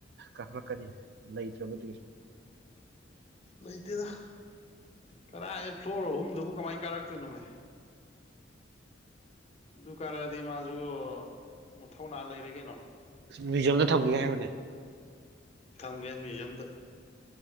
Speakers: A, on the right (about 60°); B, on the left (about 35°).
A: ꯀꯥꯊꯔꯛꯀꯅꯤ ꯂꯩꯇ꯭ꯔꯦꯕꯨ
B: ꯂꯩꯇꯗ ꯀꯔꯥꯏ ꯐ꯭ꯂꯣꯔ ꯑꯍꯨꯝꯗꯨꯕꯨ ꯀꯃꯥꯏ ꯀꯥꯔꯛꯇꯣꯏꯅꯣꯅꯦ ꯑꯗꯨ ꯀꯥꯔꯗꯤ ꯃꯥꯁꯨ ꯊꯊꯧꯅꯥ ꯂꯩꯔꯦ ꯀꯩꯅꯣ
A: ꯃ꯭ꯌꯨꯖꯤꯌꯝꯗ ꯊꯝꯒꯦ ꯍꯥꯏꯕꯅꯦ
B: ꯒꯦ ꯃꯌꯨꯖꯤꯌꯝꯗ